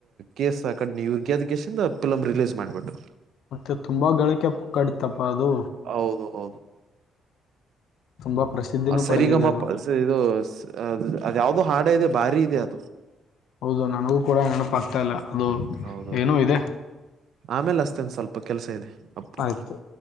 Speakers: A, on the right; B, on the left.
A: ಕೇಸ್ ಆ ಕಡ್ ಯಗ್ಯಾದ ಕೇೇಶಿಂದ ಫಿಲಮ್ ರಿಲೀಸ್ ಮಾಡಿಬಿಟ್ಟು
B: ಮತ್ತೆ ತುಂಬಾ ಗಳಳಿಕೆ ಪುಕ್ಕಾಡತ್ತಪ್ಪಾ ಅದು
A: ಹೌದು ಹೌದು
B: ತುಂಬಾ ಪ್ರಸಿದ್ಧಿನೂ
A: ಸರಿಗಮ್ಮಪ
B: ಪಡೆದಿದೆ ಅದು.
A: ಇದು ಅದು ಯಾವ್ದೋ ಹಾಡ ಇದೆ ಬಾರಿ ಇದೆ ಅದು
B: ಹೌದು ನನಗೂ ಕೂಡ ನೆನಪಾಗಗ್ತಾ ಇಲ್ಲ ಅದು
A: ಹೌದೌದು
B: ಏನೋ ಇದೆ
A: ಆಮೇಲೆ ಅಷ್ಟೇ ಒಂದು ಸ್ವಲ್ಪ ಕೆಲ್ಸ ಇದೆ ಅಪ್ಪು
B: ಆಯ್ತು